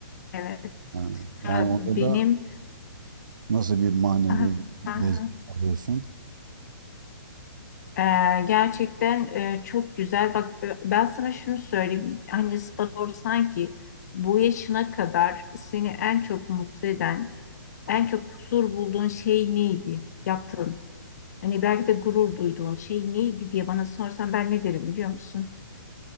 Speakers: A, on the left; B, on the right.
A: Evet.
B: ha, yani orada
A: Benim
B: da nasıl bir manevi
A: <laughs>
B: destek alıyorsun?
A: Ee, gerçekten e, çok güzel. Bak e, ben sana şunu söyleyeyim. Hani bana sorsan ki bu yaşına kadar seni en çok mutlu eden En çok huzur bulduğun şey neydi? Yaptığın. Hani belki de gurur duyduğun şey neydi diye bana sorsan ben ne derim biliyor musun?